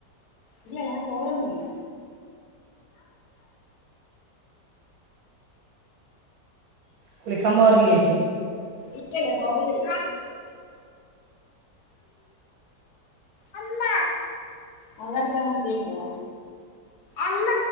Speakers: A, on the left (about 70°); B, on the right (about 70°).
A: ഇല്ല ഞാൻ പോവലൊന്നുല്ല.
B: കുളിക്കാൻ പോവാറില്ലേന്ന് ചോയ്ക്കാ?
A: ഇല്ലല്ല പോവലില്ല. അമ്മ, ഇങ്ങളട്ത്ത് അങ്ങനെ എന്തേലുണ്ടോ? അമ്മ..